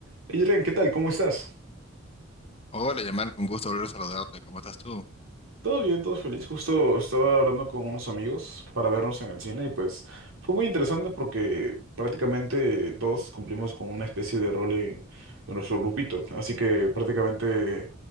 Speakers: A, on the right; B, on the left.
A: Hey, Irene, ¿qué tal? ¿Cómo estás?
B: Hola, llamar con gusto volver a saludarte. ¿Cómo estás tú?
A: Todo bien, todo feliz. Justo estaba hablando con unos amigos para vernos en el cine y pues fue muy interesante porque prácticamente todos cumplimos con una especie de rol en, en nuestro grupito. Así que prácticamente